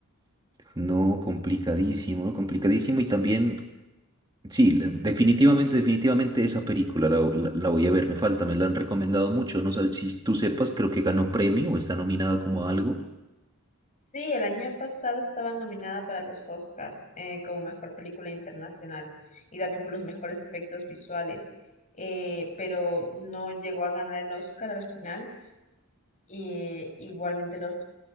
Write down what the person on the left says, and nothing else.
Sí, el año pasado estaba nominada para los Oscars eh, como mejor película internacional y también por los mejores efectos visuales, eh, pero no llegó a ganar el Oscar al final. Y, igualmente los